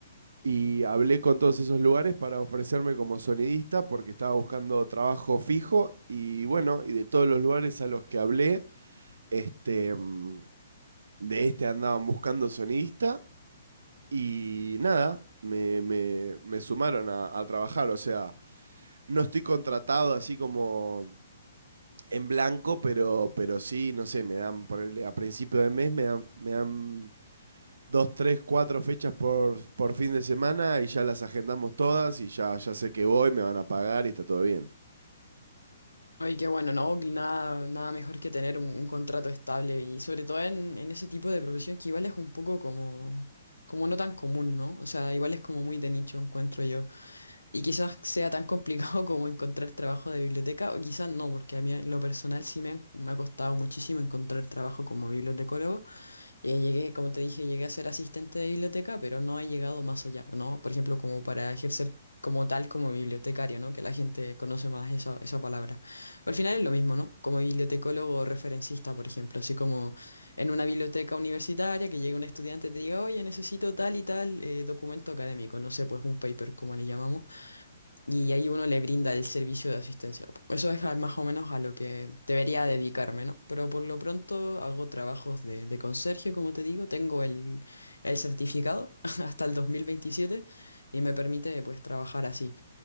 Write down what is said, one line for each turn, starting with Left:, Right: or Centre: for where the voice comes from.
Right: y hablé con todos esos lugares para ofrecerme como sonidista porque estaba buscando trabajo fijo y bueno, y de todos los lugares a los que hablé, este, mm, de este andaban buscando sonidista y nada, me, me, me sumaron a, a trabajar, o sea, no estoy contratado así como en blanco, pero, pero sí, no sé, me dan, ponerle, a principio de mes me dan, me dan dos, tres, cuatro fechas por, por fin de semana y ya las agendamos todas y ya, ya sé que voy, me van a pagar y está todo bien.
Left: Oye, qué bueno, no, nada, nada mejor que tener un, un contrato estable y sobre todo en, en ese tipo de profesión que igual es un poco como, como no tan común, ¿no? O sea, igual es como muy de nicho, encuentro yo. Y quizás sea tan complicado <laughs> como encontrar trabajo de biblioteca, o quizás no, porque a mí en lo personal sí me, han- me ha costado muchísimo encontrar trabajo como bibliotecólogo. Eh, llegué, como te dije, llegué a ser asistente de biblioteca, pero no he llegado más allá, ¿no? Por ejemplo, como para ejercer como tal como bibliotecario, ¿no? Que la gente conoce más esa, esa palabra. Al final es lo mismo, ¿no? Como bibliotecólogo o referencista, por ejemplo, así como en una biblioteca universitaria que llegue un estudiante y te diga, oye, necesito tal y tal eh, documento académico, no sé, pues un paper, como le llamamos y ahí uno le brinda el servicio de asistencia. Eso es a- más o menos a lo que debería dedicarme, ¿no? Pero por lo pronto hago trabajos de, de conserje, como te digo, tengo el, el certificado <laughs> hasta el 2027 y me permite pues trabajar así.